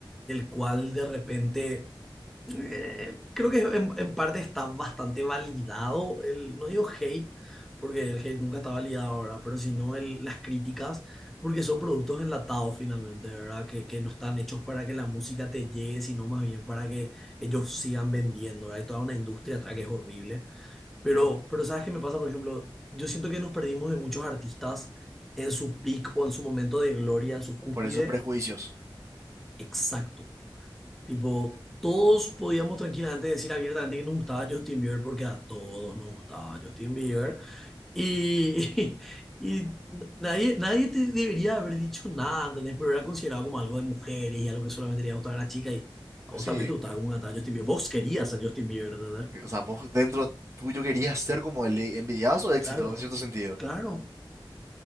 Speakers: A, in the centre; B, on the right.
A: el cual de repente eh, creo que en, en parte está bastante validado, el, no digo hate, porque el hate nunca está validado ahora, pero sino el, las críticas, porque son productos enlatados finalmente, ¿verdad? Que, que no están hechos para que la música te llegue, sino más bien para que ellos sigan vendiendo, ¿verdad? Hay toda una industria atrás que es horrible. Pero,
B: Ujú.
A: pero ¿sabes qué me pasa? Por ejemplo, yo siento que nos perdimos de muchos artistas en su peak o en su momento de gloria, en su cúspide.
B: Por esos prejuicios.
A: Exacto. Tipo, todos podíamos tranquilamente decir abiertamente que nos gustaba Justin Bieber porque a todos nos gustaba Justin Bieber. Y, <laughs> y nadie, nadie te debería haber dicho nada, ¿entendés? Pero era considerado como algo de mujeres y algo que solamente le iba a gustar a las chicas. Y a
B: Sí,
A: vos también te gustaba como cantaba Justin Bieber. Vos querías ser Justin Bieber, ¿entendés?
B: eh, o sea, vos dentro tuyo querías ser como el envidiazo de éxito,
A: Claro,
B: en cierto sentido.
A: claro.